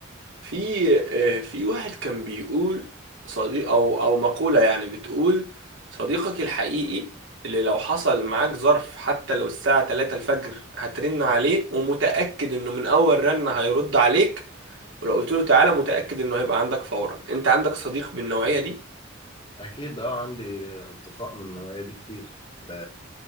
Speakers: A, on the right; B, on the left.
A: في آه، في واحد كان بيقول صديق او او مقولة يعني بتقول صديقك الحقيقي اللي لو حصل معاك ظرف حتى لو الساعة 3 الفجر هترن عليه ومتأكد انه من اول رن هيرد عليك ولو قلت له تعالى متأكد انه هيبقى عندك فورا انت عندك صديق بالنوعية دي
B: اكيد اه عندي اصدقاء من النوعية دي كتير ده